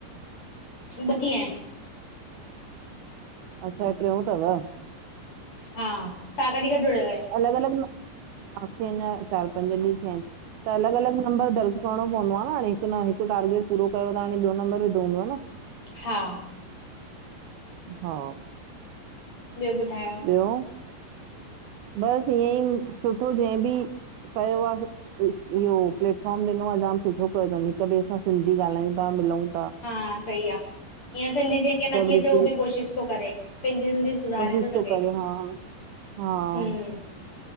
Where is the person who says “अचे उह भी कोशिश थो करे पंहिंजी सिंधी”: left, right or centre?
Left